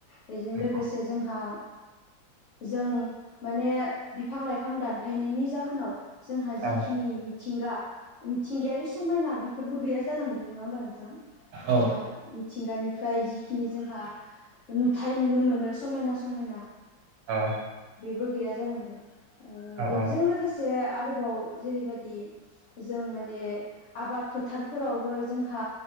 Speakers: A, on the left (about 65°); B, on the right (about 80°).
A: बेजों
B: नंगौ
A: लोगोसे जोंहा जों माने बिफां लाइफां दानफायनायनि जाहोनाव जोंहा जिखिनि
B: औ
A: मिथिंगा मिथिंगायारि समायना बेफोरबो गैया जालांदों नङा होमबा नोंथां
B: औ
A: बा मिथिंगानिफ्राय जिखिनि जोंहा नुथाय नुनो मोनो समायना समायना
B: औ
A: बेबो गैया जालांदों
B: औ
A: बेजों लोगोसे आरोबाव जेरैबायदि जों माने आबाद फोथारफोरावबो जोंहा